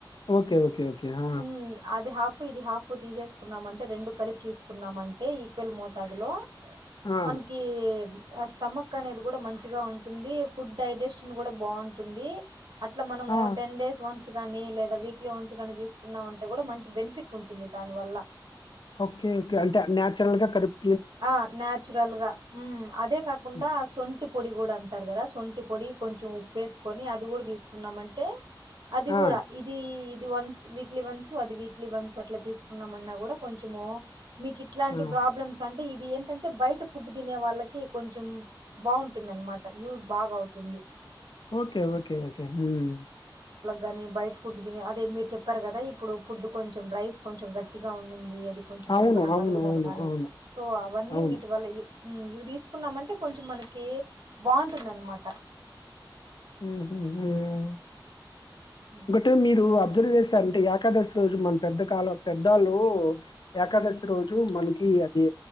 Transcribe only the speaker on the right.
ఉమ్, అది హాఫ్ ఇది హాఫ్ తీసేసుకున్నామంటె రెండు కలిపి తీసుకున్నామంటె ఈక్వెల్ మోతాదులో
మనకీ ఆ స్టమక్ అనేదు కూడ మన్ చిగా ఉంటుంది ఫుడ్ డైజెస్ట్ న్ కూడ బాంటుంది అట్ల మనము
టెన్ డేస్ వన్ న్స్ గానీ లేదా వీక్లీ వన్స్ గాని తీసుకున్నా మం టే కూడా మంచి బెన్ఫిట్ ఉంటుంది దాని వల్ల
ఆ న్యాచురల్ గ ఉమ్ అదే కాకుండా
ఆ సొంట్ సొంటి పొడి కూడ అంటారు కద సొంటి పొడి కొంచెం ఉప్పేసుకొని అది కూడ తీసుకున్నామంటే అది కూడ
ఇదీ ఇది వన్స్ వీక్లీ వన్స్ అది వీక్లీ వన్స్ అట్ల తీసుకున్నామన్నా కూడా కొంచమూ మీకిట్లాంటి
ప్రాబ్లమ్స్ అంటె ఇది ఏంటంటే బయట ఫుడ్ తినె వాళ్ళకి కొంచెం బావుంటుందన్నామాట యూజ్ బాగా అవుతుంది
గాని బైట్ ఫుడ్ తినె అది మీరు చెప్పారు కద ఇప్పుడు ఫుడ్ కొంచెం రైస్ కొంచెం గట్టిగా ఉ నిన్ది అన్ ది కొంచెం
ఎందుకొ నాకు
అరుగుదల
కాలేదు
సొ అవన్నీ
వీటి వల్ల ఇ ఇవి తీసుకున్నమంటే కొంచెం మనకీ బావుంటుందన్నామాట
హ్మ్.
హ్మ్.